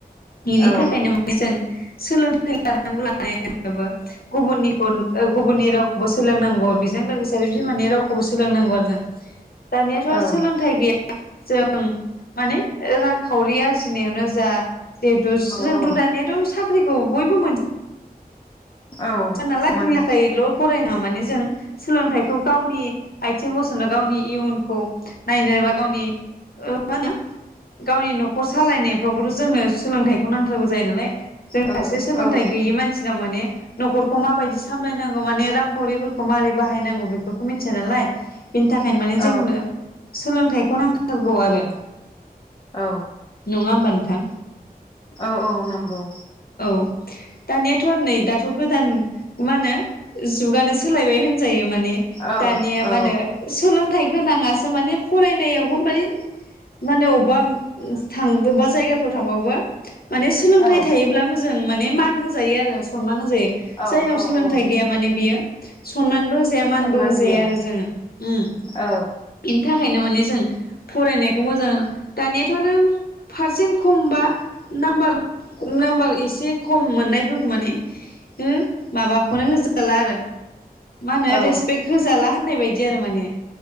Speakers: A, on the left; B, on the left.
A: बिनि
B: औ
A: थाखायनो माने जों सोलोंथाइ लानांगौ लानाया होनबाबो गुबुननिखौ गुबुननि राव बो सोलोंनांगौ बेजों लोगोसे बिमानि रावखौबो सोलोंनांगौ आरो जों। दानियाथ
B: औ
A: सोलोंथाइ गैया जों माने रांखावरि आरजिनायावनो जा। जिहेथु जोंथ
B: औ औ
A: दानियाथ साख्रि खौ बयबो मोनजोब
B: औ
A: जानना लाखैनि
B: मोन
A: लाैल फरायनाङा माने जों। सोलोंथाइखौ गावनि आथिं गसंनो गावनि इयुनखौ नायनो बा गावनि ओ मा होनो गावनि नखर सालायनायफ्रावबोथ जोंनो सोलोंथाइखौ नांथारगौ जायो नालाय। जों
B: औ
A: सासे सोलोंथाइ
B: औ
A: गैयि मानसिनाव माने नखरखौ माबायदि सामलायनांगौ माने रांखावरिफोरखौ माबारै बाहायनांगौ बेफोरखौ मिथिया नालाय। बेनि थाखायनो माने
B: औ
A: जोंनो सोलोंथाइ खौ नांथारगौ आरो
B: औ
A: नङा होमबा नों नोंथां
B: औ औ नंगौ।
A: औ दानियाथ आरो नै दा दाथ गोदान मा होनो जुगानो सोलायबाय होनजायो माने
B: औ
A: दानिया
B: औ
A: मा होनो सोलोंथाइ थाइ गोनाङासो माने फरायनायावबो माने मा होनो अबबा थां अबबा जायगाफ्राव थांबाबो माने सोलोंथाइ
B: औ
A: थायोब्ला मोजां माने मान होजायो आरो सनमान होजा जायो
B: औ
A: जायनाव
B: औ
A: सोलोंथाइ
B: औ
A: गैया माने बियो सनमानबो होजा जाया मानबो
B: सनमान
A: होजाया
B: गैया
A: आरो जोङो उम
B: औ
A: बिनि थाखायनो माने स जों फरायनायखौ मोजां दानियाथ आरो पारसेन्ट खम बा नामबार नाम्बार एसे खम मोननायफोरखौ माने हुम माबाखौनो होजाला आरो मा होनो
B: औ
A: रेसपेक्ट होजाला होननाय बायदि इदि आरो माने